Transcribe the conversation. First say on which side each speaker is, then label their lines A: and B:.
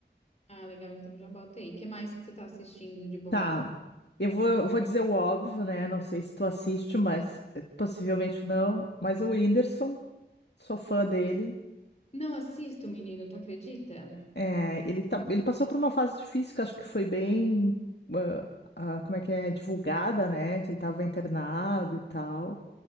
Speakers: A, on the left; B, on the left.
A: Ah, legal, então já bota aí. O que mais que tu tá assistindo de bom?
B: Tá. Eu vou, eu vou dizer o óbvio, né? Não sei se tu assiste, mas eh, possivelmente não. Mas o Whindersson, sou fã dele.
A: Não assisto, menino, tu acredita?
B: É, ele, tá, ele passou por uma fase difícil que acho que foi bem. ah, ah, como é que é? Divulgada, né? Que ele estava internado e tal.